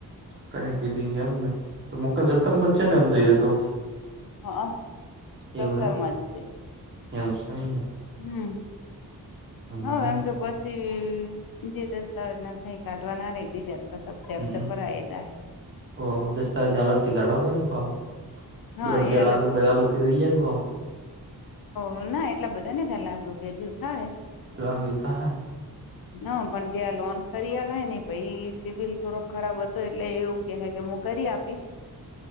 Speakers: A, on the right (about 30°); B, on the left (about 70°).
A: કરી દીધી છે, એમને તો મકાન સત્તર માં જ છે ને એમ તો ઈરહ્યું તો
B: હઅ સત્તર
A: એવું એમ
B: માં જ છે.
A: એવું છે ને એમને.
B: હમ્મ.
A: હમ
B: હઓ એમ કે પછી જે દસ્તાવેજ ના થઈ કાઢવાના રે બીજા બસ હપ્તે હપ્તે
A: હમ
B: ભરાએ જાહે.
A: ઓ દસ્તાવેજને અલગથી કાઢાવો પડે ને પાહો
B: હા
A: દોઢ બે
B: એ અલગ
A: લાખ રૂપિયા અલગથી થઇ જાય ને પાહો
B: હઓના એટલા બધા નઈ થાય લાખ રૂપિયા જેવું થાહે.
A: લાખ એવું થાહે
B: ન પણ જે આ લોન કરિયાલ હને એ ભઈ સિવિલ થોડોક ખરાબ હતો એટલે એવું કેહે કે હું કરી આપીશ